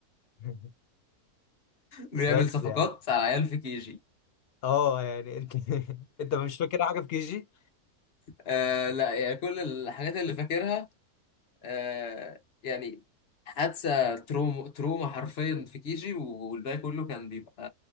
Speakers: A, on the left; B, on the left.
A: <laughs>
B: بيعمل
A: بس
B: صفقات
A: يعني
B: على عيال في كيجي
A: اه يعني انت <laughs> انت مش فاكر حاجه في كي جي
B: آه لا يعني كل الحاجات اللي فاكرها آه يعني حادثة تروما تروما حرفيا في كيجي والباقي كله كان بيبقى